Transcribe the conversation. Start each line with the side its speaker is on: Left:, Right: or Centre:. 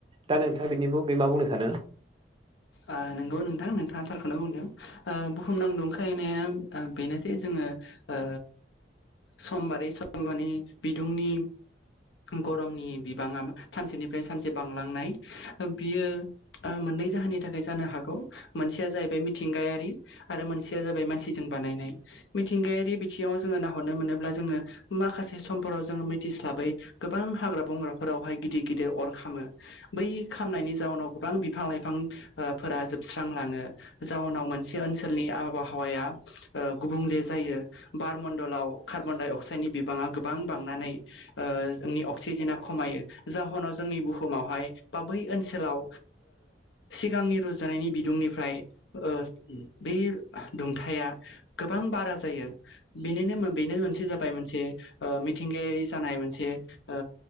Right: दा नोंथाङा बिनि बागै मा बुंनो सा सानो?
Left: ओ नोंगौ नोंथां नोंथाङा थारखौनो बुंदों ओ बुहुमनां दुंखांनाया बेनो जे जोङो ओ सम बारै सम माने बिदुंनि गरमनि बिबाङा सानसेनिफ्राय सानसे बांलांनाय। बियो मोननै जाहोननि नि थाखाय जानो हागौ मोनसेया जाहैबाय मिथिंगायारि आरो मोनसेया जाबाय मानसिजों बानायनाय मिथिंगायारि बिथिङाव जोङो नाहरनो मोनोब्ला जोङो माखासे समफोराव जोङो मिथिस्लाबै गोबां हाग्रा बंग्राफोरावहाय गिदिर गिदिर अर खामो बै खामनायनि जाउनाव गोबां बिफां लाइफां फोरा जोबस्रांलाङो। जाउनाव मान से ओनसोलनि आबहावाया गुबुंले जायो बारमणडलाव कार्बनडाय अक्स साड बिबाङा गोबां बांनानै ओ जोंनि अक्सिजेना खमायो जाहोनाव जोंनि बुहुमावहाय बा बै ओनसोलाव सिगांनि रुजु जानायनि बिदुंनिफ्राय ओ बे दुंथाया गोबां बारा जायो बेनिनो बेनो मोनसे जाबाय मोनसे ओ मिथिंगायारि जानाय मोनसे ओ